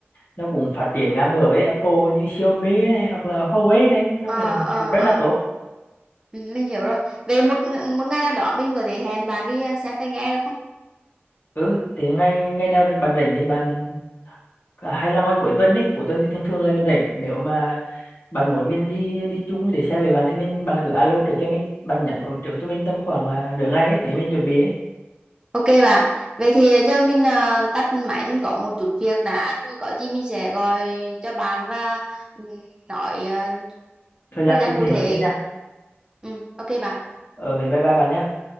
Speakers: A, on the left (about 55°); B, on the right (about 20°).
A: nó cũng phát triển ngang ngửa với Apple như Xiaomi này hoặc là Huawei này nó
B: ờ
A: cũng
B: ờ
A: cũng rất
B: ờ
A: là tốt
B: Ừ, mình hiểu rồi về một một ngày nào đó mình có thể hẹn bạn đi ờ, xem tai nghe được không
A: ừ thì ngày ngày nào bạn rảnh thì bạn à, hay là ngoài cuối tuần đấy cuối tuần thì thường thường là mình rảnh nếu mà bạn muốn mình đi đi chung để xe về bạn thì mình bạn cứ alo trước cho mình bạn nhắn cũng trước cho mình tầm khoảng à, nửa ngày ấy, để mình chuẩn bị ấy.
B: Ok bạn, vậy thì giờ mình à, tắt máy mình có một chút việc đã rồi có gì mình sẽ gọi cho bạn và ừ, nói à,
A: thời gian
B: thời gian
A: cụ
B: cụ
A: thể
B: thể.
A: cho mình nha
B: Ừ, ok bạn.
A: ờ vậy bye bye bạn nha